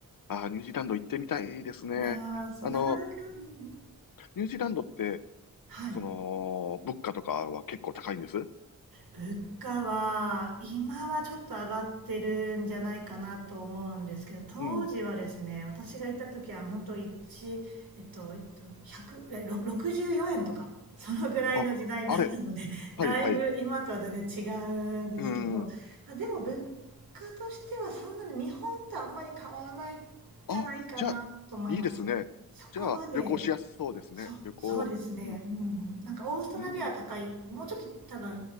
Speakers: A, on the left (about 70°); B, on the right (about 85°).
A: ああ、ニュージーランド行ってみたい。いいですね。
B: いやーそうなかなか、
A: あの、
B: うん、
A: ニュージーランドって、
B: はい
A: その、物価とかは結構高いんです
B: 物価は今はちょっと上がってるんじゃないかなと思うんですけど当時はですね私が行った時は本当1、
A: うん。
B: えっとえっと、100えろ64円とかそのぐらいの時代だったので
A: あ、あれ。
B: <laughs> だいぶ今とは全然違
A: はい、はい。
B: うんですけど、
A: うん。
B: まあ、でも物価としてはそんなに日本とあんまり変わらないんじゃないかなと思います。
A: あ、じゃあ、いいですね。
B: そこまで
A: じゃあ、旅行しやすそうですね。
B: そそうですね、
A: 旅行。うん、
B: うん、なんかオーストラリアは高い、
A: うん。
B: もうちょっと多分